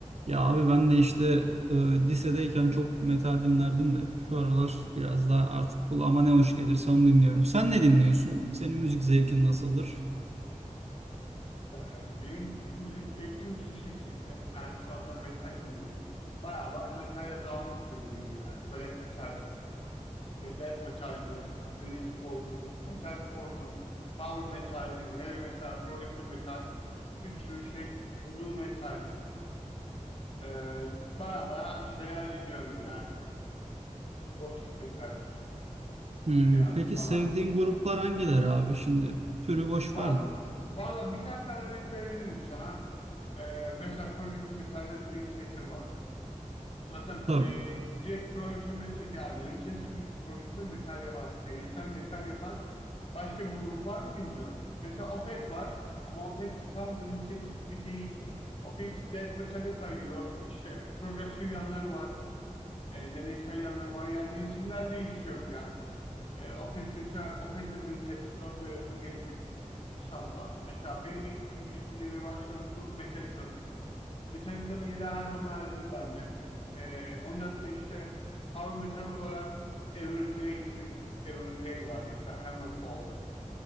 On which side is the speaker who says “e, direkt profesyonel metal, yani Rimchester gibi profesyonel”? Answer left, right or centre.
Left